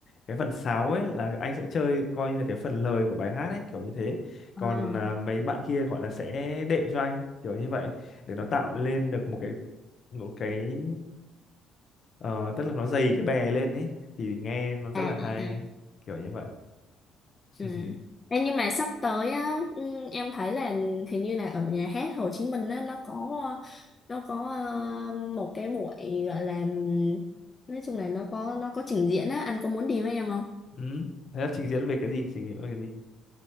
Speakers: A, on the left (about 50°); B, on the left (about 30°).
A: cái phần sáo ấy là anh sẽ chơi coi như là cái phần lời của bài hát ấy kiểu như thế còn
B: À,
A: à, mấy bạn kia gọi là sẽ đệm cho anh kiểu như vậy để nó tạo lên được một cái một cái ờ, tức là nó dày cái bè lên ấy thì nghe nó rất
B: à,
A: là
B: à,
A: hay
B: à.
A: kiểu như vậy
B: ừ.
A: <laughs>
B: Ê, nhưng mà sắp tới á, ừ, em thấy là hình như là ở nhà hát Hồ Chí Minh á, nó có nó có ờ, một cái buổi gọi là nói chung là nó có nó có trình diễn á anh có muốn đi với em không
A: ừ. thế là trình diễn về cái gì trình diễn về cái gì